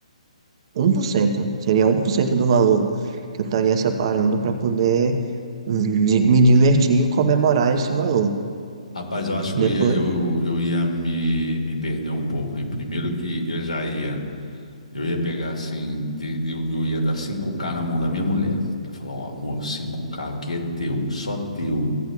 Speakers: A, on the right; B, on the left.
A: um por cento né? seria um por cento do valor que eu estaria separando para poder di- me divertir e comemorar esse valor.
B: Rapaz, eu acho
A: Depois,
B: que eu ia, eu, eu ia me, me perder um pouco, hein? Primeiro que eu já ia, eu ia pegar assim, de- eu, eu ia dar cinco k na mão da minha mulher. Eu ia falar, ó, amor, cinco k aqui é teu, só teu.